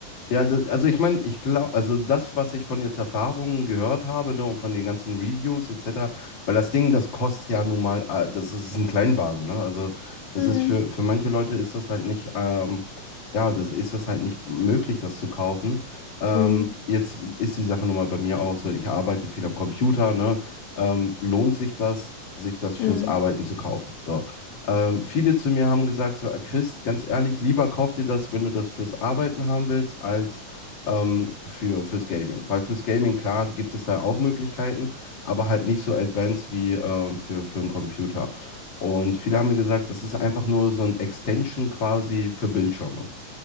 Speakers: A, on the left; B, on the left.
A: Ja, das, also ich meine, ich glaube, also das, was ich von jetzt Erfahrungen gehört habe, ne, und von den ganzen Reviews etc., weil das Ding, das kostet ja nun mal, äh, das ist ein Kleinwagen, ne? Also das
B: Mm,
A: ist für, für manche Leute ist das halt nicht, ähm, ja, das ist das halt nicht möglich, das zu kaufen. Ähm,
B: mm,
A: jetzt ist die Sache nun mal bei mir auch so, ich arbeite viel am Computer, ne? Ähm, lohnt sich das, sich das fürs
B: mm,
A: Arbeiten zu kaufen? So. Ähm, viele zu mir haben gesagt, so, äh, Chris, ganz ehrlich, lieber kauf dir das, wenn du das fürs Arbeiten haben willst, als ähm, für, fürs Gaming. Weil fürs Gaming, klar, gibt es da auch Möglichkeiten, aber halt nicht so advanced wie äh, für, für einen Computer. Und viele haben mir gesagt, das ist einfach nur so ein Extension quasi für Bildschirme.